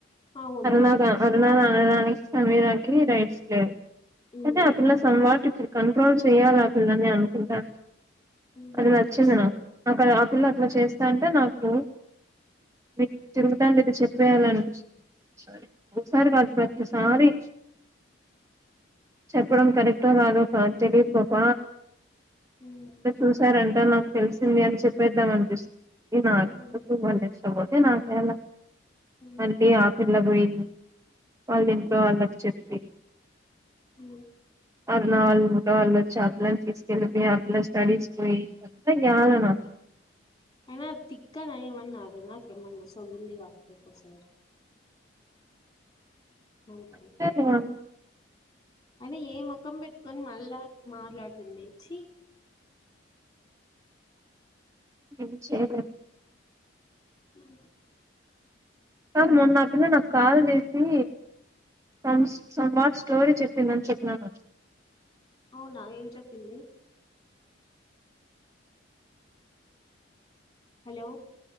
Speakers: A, on the left; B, on the right.
A: అవును
B: అరుణ గా అరుణ నా అనడానికి సమీరాకి రైట్స్ లేవు
A: ఉమ్
B: నన్నే ఆ పిల్ల సమ్ వాట్ చే కంట్రోల్ చెయ్యాలి ఆ పిల్లని అనుకుంటా
A: ఉమ్
B: అది నచ్చింది
A: ఛీ
B: నాకు అక్కడ అ పిల్ల అట్లా చేస్తాంటే నాకు మీకు తిరుగుతాండేదే చెప్పేయాలనిపించ్ సరేలే ఓ సారి గదు
A: ఉమ్
B: ప్రతి సారీ చెప్పడం కారేటో కాదొ తెలిదు పాప
A: ఉమ్
B: అ చూసారంండి నాకు తెలిసింది అని చెప్పేద్దాం అంతృష్ ఏనా
A: ఉమ్
B: సకుమాష్ బాటి నాకెలా
A: ఉమ్
B: అనిపి ఏపీ ఇలా పోయింది వాళ్ళ ఇంట్లో వాళ్ళకి చెప్పి
A: ఉ
B: అరుణ వాళ్ళు ఇంట్లో వాలు వోచి ఆ పిల్లని తీసుకెళ్ళిపోయి అట్లా స్టడీస్ పోయి ఇదంతా యాల
A: ఉ
B: నాకు
A: అనా తక్కానా ఏమన్నా నాకెమ్మణ సో ఇల్గ ఆక్పో సార్
B: <unintelligible>
A: మెంటల్ అయినా ఏం కం ప పెట్కొ మలా మాట్లాడుతుంది చీ
B: ఏం చెయ్యలేం
A: మ్మ్
B: కాద్ మొన్న ఆ పిల్ల నాకు కాల్ చేసి సం సం స్టోరీ చెప్పిందని చెప్పినాగ
A: అవునా ఏం చెప్పింది హలో